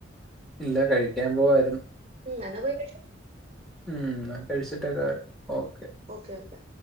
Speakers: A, in the centre; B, on the right (about 35°).
A: ഇല്ല കഴിക്കാൻ പോവായിര്ന്നു
B: ഉം എന്നാ പോയി കഴിച്ചോ.
A: ഉം ന്നാ കഴിച്ചിട്ടെക്കെ വരാം ഓക്കെ
B: ഓക്കെ ഓക്കെ